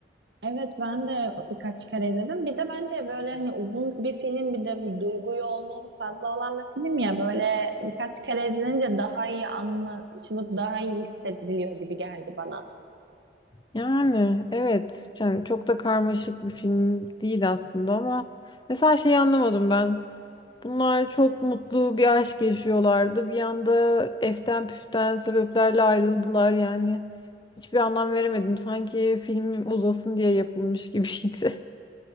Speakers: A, on the right (about 80°); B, on the left (about 25°).
A: Evet ben de birkaç kere izledim. Bir de bence böyle hani uzun bir film bir de bir duygu yoğunluğu fazla olan bir film ya böyle birkaç kere izlenince daha iyi anlaşılıp daha iyi hissediliyor gibi geldi bana.
B: Yani evet yani çok da karmaşık bir film değil aslında ama mesela şeyi anlamadım ben. Bunlar çok mutlu bir aşk yaşıyorlardı. Bir anda eften püften sebeplerle ayrıldılar yani. Hiçbir anlam veremedim. Sanki film uzasın diye yapılmış gibiydi.